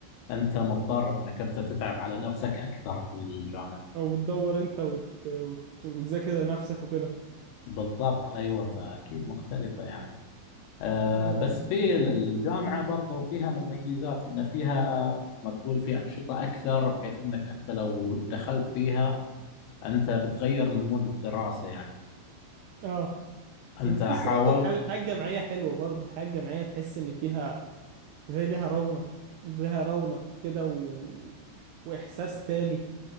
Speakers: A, on the left; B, on the right.
A: أنت مضطر أنك أنت تتعب على نفسك أكثر في الجامعة
B: او تدور انت وت... وت... وتذاكر لنفسك وكده
A: بالضبط أيوه فأكيد مختلفة يعني آه،
B: انا
A: بس في الجامعة برضو فيها مميزات إن فيها مثل ما تقول في أنشطة أكثر بحيث إنك أنت لو دخلت فيها أنت بتغير من مود الدراسة يعني
B: اه
A: أنت
B: وتحس
A: حاولت
B: برضه الحياة الحياة الجامعية حلوة برضه الحياة الجامعية تحس ان فيها زي ليها رونق ليها رونق كده و... واحساس تاني